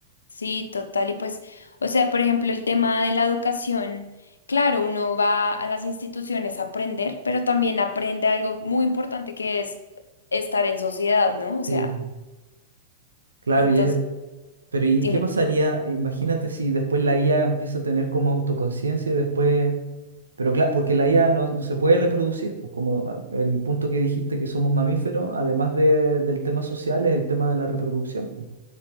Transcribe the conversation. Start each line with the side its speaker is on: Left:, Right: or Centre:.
Left: Sí, total. Y pues, o sea, por ejemplo, el tema de la educación, claro, uno va a las instituciones a aprender, pero también aprende algo muy importante que es estar en sociedad, ¿no? O sea,
Right: Sí, pu, claro,
Left: entonces,
Right: y es- pero ¿y
Left: dime,
Right: qué pasaría? Imagínate si después la IA empieza a tener como autoconciencia y después Pero claro, porque la IA no, no se puede reproducir, pues como a- el punto que dijiste que somos mamíferos, además de- del tema social, es el tema de la reproducción. pues.